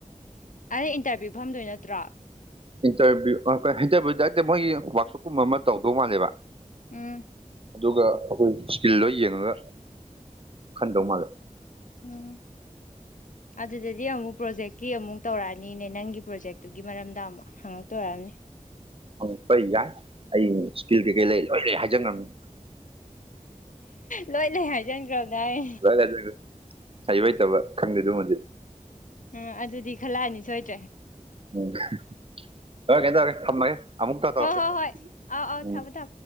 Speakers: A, on the left; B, on the right.
A: ꯑꯩ ꯏꯟꯇꯔꯚꯤꯌꯨ ꯐꯝꯗꯣꯏ ꯅꯠꯇ꯭ꯔꯣ
B: ꯏꯟꯇꯔꯚꯤꯌꯨ <unintelligible> ꯅꯠꯇꯦ ꯃꯣꯏꯒꯤ ꯋꯥ꯭ꯔꯛꯁꯣꯞꯀꯨꯝꯕ ꯑꯃ ꯇꯧꯗꯧ ꯃꯥꯜꯂꯦꯕ
A: ꯎꯝ
B: ꯑꯗꯨꯒ ꯑꯩꯈꯣꯏ ꯏꯁꯀꯤꯜ ꯂꯣꯏ ꯌꯦꯡꯉꯒ ꯈꯟꯗꯧ ꯃꯥꯜꯂꯦ
A: ꯎꯝ ꯑꯗꯨꯗꯗꯤ ꯑꯃꯨꯛ ꯄ꯭ꯔꯣꯖꯦꯛꯀꯤ ꯑꯃꯨꯛ ꯇꯧꯔꯛꯑꯅꯤꯅꯦ ꯅꯪꯒꯤ ꯄ꯭ꯔꯣꯖꯦꯛꯇꯨꯒꯤ ꯃꯔꯝꯗ ꯑꯃꯨꯛ ꯍꯥꯡ ꯉꯥꯛꯇꯣꯏ ꯑꯣꯏꯔꯝꯅꯤ
B: ꯍꯪꯉꯛꯄ ꯌꯥꯏ ꯑꯩ ꯏꯁꯀꯤꯜ ꯀꯩꯀꯩ ꯂꯩ ꯂꯣꯏ ꯂꯩ ꯍꯥꯏꯖꯟꯒ꯭ꯔꯝꯃꯤ
A: ꯂꯣꯏꯅꯥ ꯂꯩ ꯍꯥꯏꯖꯟꯒ꯭ꯔꯝꯅꯦ ꯍꯥꯏ
B: <inaudible> ꯍꯩꯕ ꯍꯩꯇꯕ ꯈꯪꯗꯦ ꯑꯗꯨꯝꯃꯗꯤ
A: ꯎꯝ ꯑꯗꯨꯗꯤ ꯈꯜꯂꯛꯑꯅꯤ ꯁꯣꯏꯗ꯭ꯔꯦ
B: ꯎꯝ <unintelligible> ꯊꯥꯝꯃꯒꯦ ꯑꯃꯨꯛ ꯀꯛ ꯇꯧ
A: ꯍꯣꯏ
B: ꯇꯧꯔꯛꯀꯦ
A: ꯍꯣꯏ ꯍꯣꯏ ꯑꯥꯎ ꯑꯥꯎ
B: ꯎꯝ
A: ꯊꯝꯃꯣ ꯊꯝꯃꯣ